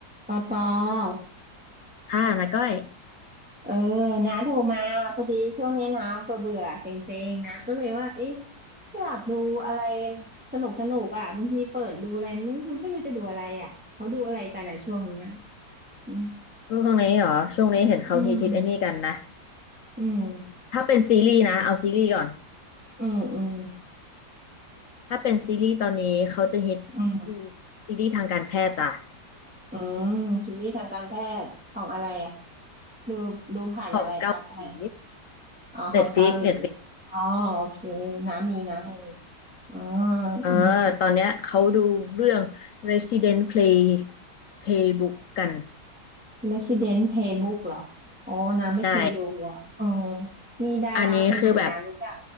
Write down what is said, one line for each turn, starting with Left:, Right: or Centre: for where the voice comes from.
Centre: ปอปอ
Left: ค่ะนะก้อย
Centre: เออนาโทรมาพอดีช่วงเนี้ยนะเบื่อเบื่อเซ็งเซ็งๆนะก็เลยว่าเอ๊ะอยากดูอะไรสนุกสนุกอ่ะบางทีเปิดดูอะไรไม่รู้ไม่รู้จะดูอะไรอ่ะเขาดูอะไรกันอ่ะช่วงเนี้ยอืม
Left: ช่วงนี้เหรอช่วงนี้เห็นเขาฮิตฮิตไอ้นี่กันนะ
Centre: อืมอืม
Left: ถ้าเป็นซีรีส์นะเอาซีรีส์ก่อน
Centre: อืมอืม
Left: ถ้าเป็นซีรีส์ตอนนี้เขาจะฮิตดู
Centre: อืม
Left: ซีรีส์ทางการแพทย์จ้ะ
Centre: อืมซีรีส์ทางการแพทย์ของอะไรอ่ะดูดูผ่านอะไรแอปอะไร
Left: ของเกาหลี
Centre: อ๋อของเกาหลี
Left: เน็ตฟิกเน็ตฟิก
Centre: อ๋อโอเคน้ามีน้ามีอ๋อ
Left: เออ
Centre: อืม
Left: ตอนเนี้ยเขาดูเรื่อง Resident Play Playbook กัน
Centre: Resident Playbook เหรอโอ้น้าไม่เคยดูอ่ะอ๋อ
Left: ใช่
Centre: มีดาราคนไหนนะรู้จัก
Left: อันนี้คือแบบ